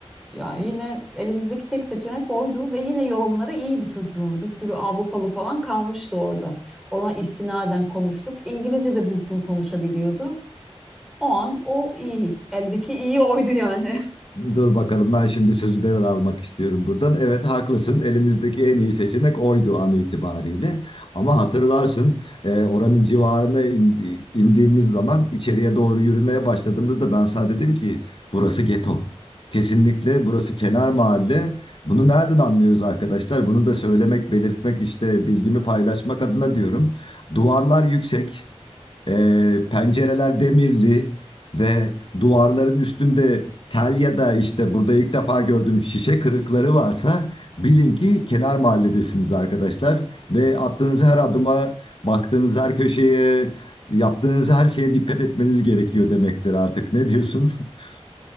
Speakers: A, in the centre; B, on the left.
A: Yani yine elimizdeki tek seçenek oydu ve yine yorumları iyiydi çocuğun. Bir sürü Avrupalı falan kalmıştı orada. Ona istinaden konuştuk. İngilizce de düzgün konuşabiliyordu. O an o iyi. Eldeki iyi oydu yani.
B: Dur bakalım ben şimdi sözü devralmak istiyorum buradan. Evet haklısın elimizdeki en iyi seçenek oydu an itibariyle. Ama hatırlarsın e, oranın civarına indi- indiğimiz zaman içeriye doğru yürümeye başladığımızda ben sana dedim ki burası geto. Kesinlikle burası kenar mahalle. Bunu nereden anlıyoruz arkadaşlar? Bunu da söylemek, belirtmek işte bilgimi paylaşmak adına diyorum. Duvarlar yüksek. Ee, pencereler demirli ve duvarların üstünde tel ya da işte burada ilk defa gördüğüm şişe kırıkları varsa bilin ki kenar mahalledesiniz arkadaşlar. Ve attığınız her adıma, baktığınız her köşeye, yaptığınız her şeye dikkat etmeniz gerekiyor demektir artık. Ne diyorsun? <laughs>